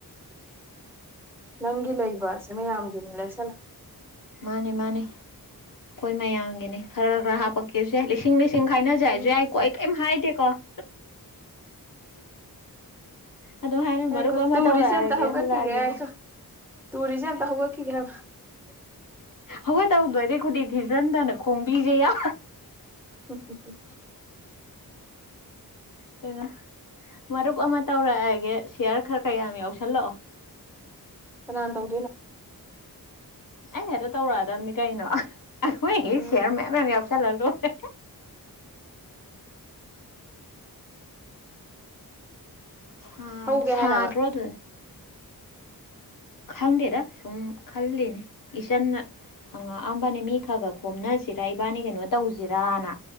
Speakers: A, in the centre; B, on the left.
A: ꯅꯪꯒꯤ ꯂꯩꯕꯁꯦ ꯃꯌꯥꯝꯒꯤꯅ ꯂꯩꯁꯜꯂ
B: ꯃꯥꯅꯦ ꯃꯥꯅꯦ ꯑꯩꯈꯣꯏ ꯃꯌꯥꯝꯒꯤꯅꯤ ꯈꯔ ꯈꯔ ꯍꯥꯄꯛꯀꯦꯁꯨ ꯌꯥꯏ ꯂꯤꯁꯤꯡ ꯂꯤꯁꯤꯡ ꯈꯥꯏꯅꯖ ꯍꯥꯏꯁꯨ
A: ꯎꯝ
B: ꯌꯥꯏꯀꯣ ꯑꯩ ꯀꯩꯝ ꯍꯥꯏꯗꯦꯀꯣ <inaudible> ꯑꯗꯨ ꯍꯥꯏꯔ
A: ꯌꯥꯀꯣ
B: ꯃꯔꯨꯞ ꯑꯃ
A: ꯇꯨꯔꯤꯁꯤꯑꯟ
B: ꯇꯧꯔꯛꯑꯒꯦ
A: ꯍꯒꯀꯤꯒꯀꯣ
B: ꯍꯨꯜꯂꯛꯑꯒꯦꯗ
A: ꯇꯨꯔꯤꯖꯝꯗ ꯍꯧꯒꯛꯈꯤꯒꯦ ꯍꯥꯏꯕ
B: ꯍꯧꯒꯦ ꯇꯧꯗꯣ ꯑꯩꯗꯤꯩ ꯈꯨꯗꯤ ꯊꯤꯖꯤꯟꯗꯅ ꯈꯣꯡꯕꯤꯁꯦ ꯌꯥ
A: ꯎ ꯎ ꯎ
B: ꯀꯩꯅꯣ ꯃꯔꯨꯞ ꯑꯃ ꯇꯧꯔꯛꯑꯒꯦ ꯁꯤꯌꯥꯔ ꯈꯔ ꯀꯌꯥꯝ ꯌꯥꯎꯁꯜꯂꯛꯑꯣ
A: ꯀꯅꯥ ꯇꯧꯗꯣꯏꯅꯣ
B: ꯑꯩ ꯑꯗꯨ ꯇꯧꯔꯛꯑꯗꯕꯅꯤ ꯀꯩꯅꯣ ꯑꯩꯈꯣꯏ
A: ꯎꯝ
B: ꯁꯌꯔ ꯃꯌꯥꯝ ꯃꯌꯥꯝ ꯌꯥꯎꯁꯜꯂ ꯂꯣꯏꯔꯦ ꯁꯥꯕꯅ
A: ꯍꯧꯒꯦ
B: ꯁꯥꯗ꯭ꯔꯣ
A: ꯍꯥꯏꯔꯕ
B: ꯑꯗꯨ ꯈꯪꯗꯦꯗ ꯁꯨꯝ ꯈꯜꯂꯤꯅꯤ ꯏꯆꯟꯅ ꯍꯪꯉꯛꯑꯝꯕꯅꯦ ꯃꯤ ꯈꯔꯒ ꯈꯣꯝꯅꯁꯤꯔꯥ ꯏꯕꯥꯅꯤ ꯀꯩꯅꯣ ꯇꯧꯁꯤꯔꯅ